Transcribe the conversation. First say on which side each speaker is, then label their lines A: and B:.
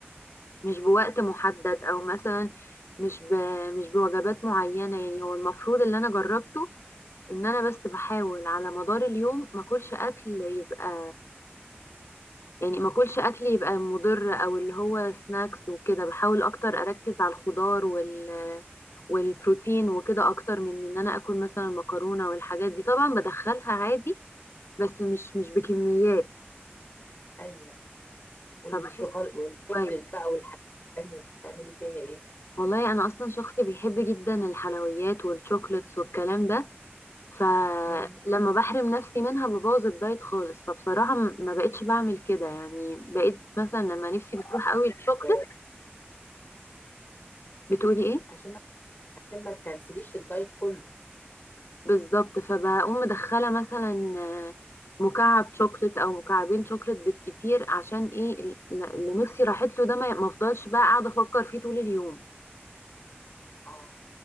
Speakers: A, on the left; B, on the left.
A: مش بوقت محدد او مثلا مش ب... مش بوجبات معينة يعني هو المفروض اللي انا جربته ان انا بس بحاول على مدار اليوم ما اكلش اكل يبقى يعني ما اكلش اكل يبقى مضر او اللي هو سناكس وكده بحاول اكتر اركز على الخضار وال والبروتين وكده اكتر من ان انا اكل مثلا مكرونة والحاجات دي طبعا بدخلها عادي بس مش مش بكميات
B: ايوه والشوكولاته
A: فبحس
B: والشوكليت
A: كويس
B: بقى والحاجات التانيه دي بتعملي فيها ايه؟
A: والله انا اصلا شخص بيحب جدا الحلويات والشوكليتس والكلام ده فلما
B: امم
A: بحرم نفسي منها ببوظ الدايت خالص فبصراحة م- ما بقتش بعمل كده يعني بقيت مثلا لما نفسي بتروح قوي الشوكليت
B: آه،
A: بتقولي ايه
B: عشان ما عشان ما تكنسليش الدايت كله
A: بالظبط فبقوم مدخلة مثلا آه، مكعب شوكليت او مكعبين شوكليت بالكتير عشان ايه ال- اللي نفسي راحت له ده ما ما افضلش بقى قاعدة افكر فيه طول اليوم
B: اه